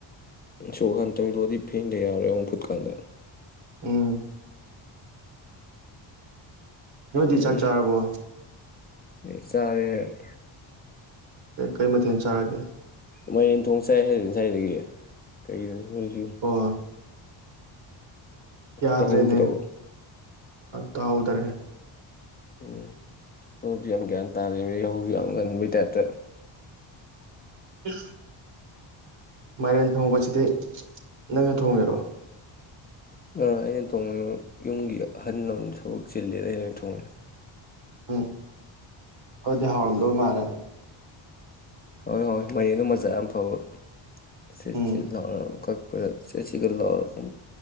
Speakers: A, on the left; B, on the right.
A: ꯁꯣꯍꯟꯇ ꯂꯣꯗꯤ ꯐꯦꯟꯗ ꯌꯥꯔꯦ ꯐꯨꯠꯀꯥꯟꯗ
B: ꯎꯝ ꯅꯣꯏꯗꯤ
A: ꯎꯝ
B: ꯆꯥꯛ ꯆꯥꯔꯕꯣ
A: ꯆꯥꯔꯦ
B: ꯀ ꯀꯔꯤ ꯃꯊꯦꯜ ꯆꯥꯔꯒꯦ
A: ꯃꯔꯦꯟ ꯊꯣꯡ ꯆꯥꯏ ꯍꯥꯏꯗꯨ ꯉꯁꯥꯏꯗꯒꯤ ꯀꯩꯗ ꯁꯨ
B: ꯑꯣ ꯌꯥꯗ꯭ꯔꯦꯅꯦ
A: ꯇꯥꯍꯧꯗ꯭ꯔꯕꯣ
B: ꯇꯥꯍꯧꯗꯔꯦ
A: ꯎꯝ ꯍꯧꯨꯁꯨ ꯌꯥꯝ ꯒ꯭ꯌꯥꯟ ꯇꯥꯅꯍꯧꯁꯨ ꯌꯥꯝ ꯉꯟꯕꯒꯤ ꯇꯥꯏꯞꯇ
B: <unintelligible> ꯃꯥꯏꯔꯦꯟ ꯊꯣꯡꯕꯁꯤꯗꯤ ꯅꯪꯅ ꯊꯣꯡꯉꯦꯔꯣ
A: ꯑ ꯑꯩꯅ ꯊꯣꯡꯉꯤ ꯌꯨꯝꯒꯤ ꯑꯍꯜ ꯂ ꯊꯕꯛ ꯆꯤꯂꯦ ꯑꯩꯅꯩꯅ ꯊꯣꯡꯉꯤ
B: ꯑꯥ ꯑꯗꯤ ꯍꯥꯎꯔꯝꯗꯧ ꯃꯥꯅꯦ
A: ꯍꯣꯏ ꯍꯣꯏ ꯃꯌꯦꯡꯒ ꯃꯆꯥ ꯌꯥꯝ ꯐꯕ ꯁꯤ
B: ꯎꯝ
A: ꯁꯤ ꯂ ꯑꯃ ꯑꯩꯈꯣꯏ ꯁꯦꯠꯁꯤꯒ ꯂꯥꯎꯔꯒ